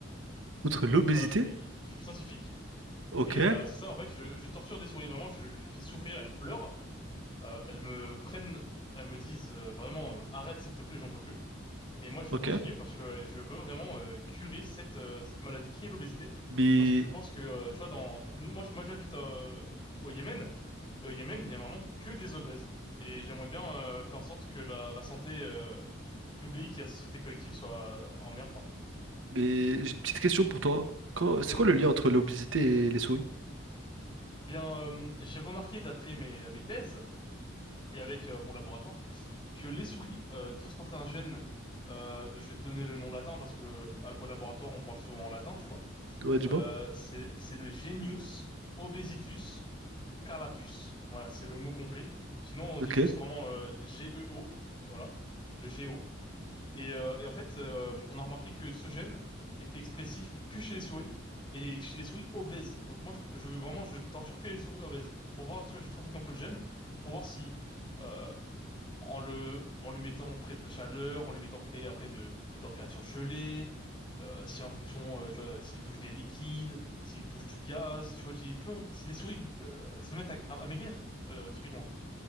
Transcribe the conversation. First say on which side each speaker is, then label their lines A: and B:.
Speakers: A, on the right; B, on the left.
A: Outre l'obésité,
B: Voilà, je suis, je suis scientifique.
A: Ok,
B: Et euh, c'est ça, en fait, je, je torture des souris, vraiment, je les fais souffrir, elles pleurent. Euh, elles me prennent, elles me disent euh, vraiment euh, arrête s'il te plaît, j'en peux plus. Et moi je
A: ok.
B: continue parce que euh, je veux vraiment euh, curer cette euh, cette maladie qui est l'obésité
A: Mais,
B: parce que je pense que euh, tu vois dans nous moi je- moi j'habite euh, au Yémen et au Yémen il y a vraiment que des obèses et j'aimerais bien euh, faire en sorte que la, la santé euh, publique et la société collective soit en meilleure forme.
A: mais j'ai une petite question pour toi. Quand- C'est
B: Oui
A: quoi
B: oui.
A: le lien entre l'obésité et les souris?
B: Bien euh, j'ai remarqué d'après mes mes thèses et avec euh, mon laboratoire que les souris euh, transportaient un gène. euh, de- je vais te donner le nom latin parce que à- au laboratoire on parle souvent en latin, tu vois.
A: Ouais, du
B: Euh,
A: moins.
B: c'est c'est le genius obesitus calatus. Voilà, c'est le mot complet. Sinon on
A: Ok,
B: dit juste vraiment euh, GEO, voilà, le GEO. Et, euh, et en fait, euh, on a remarqué que ce gène était expressif que chez les souris et chez les souris obèses. Donc moi, je, je- vraiment, je torture que les souris obèses pour voir, tu vois, je trafique un peu le gène pour voir si euh, en le en le mettant près de la chaleur, en le mettant près après de, de températures gelées, euh, si en fonction euh, tu vois s'il touche des liquides, s'il touche du gaz, tu vois s'il peut si les souris euh, se mettent à, à, à maigrir euh, typiquement.